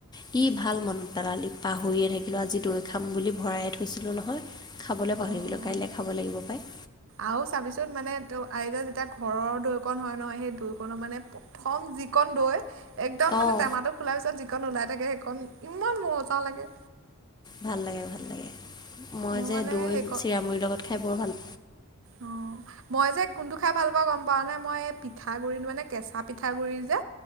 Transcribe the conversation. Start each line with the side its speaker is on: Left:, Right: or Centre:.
Left: কি ভাল মনত পেলালি, পাহৰিয়ে থাকিলো আজি দৈ খাম বুলি ভৰায়ে থৈছিলো নহয়। খাবলৈ
Right: অঁ
Left: পাহৰি গলোঁ, কাইলৈ খাব লাগিব পায়।
Right: আৰু চাবিচোন মানে তো আজিটো যেতিয়া ঘৰৰ দৈকণ হয় নহয় সেই দৈ কণো মানে থন যিকণ দৈ। একদম
Left: অঁ
Right: মানে টেমাটো খোলাৰ পিছত যিকন ওলাই থাকে সেইকণ ইমান মজা লাগে।
Left: ভাল লাগে, ভাল লাগে, মই
Right: মোৰ
Left: যে
Right: মানে
Left: দৈ
Right: সেইকণ
Left: চিৰা মুৰি লগত খাই বৰ ভাল
Right: অ। মই যে কোনটো খাই ভাল পাওঁ গম পাওঁ নে, মই পিঠাগুৰি মানে কেঁচা পিঠাগুৰি যে